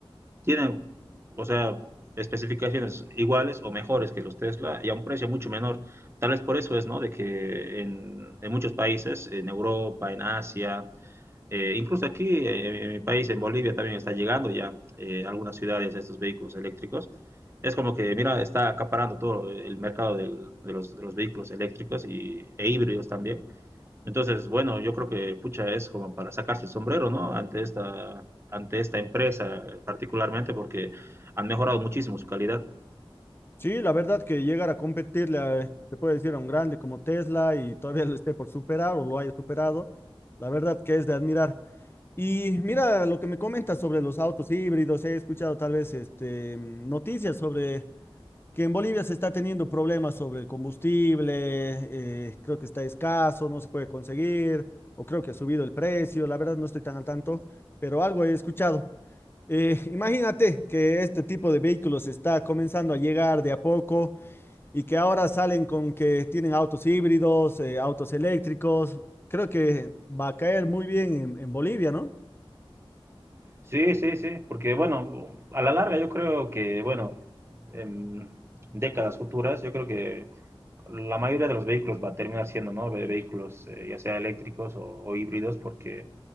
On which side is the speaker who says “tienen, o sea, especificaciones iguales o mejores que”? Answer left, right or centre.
Right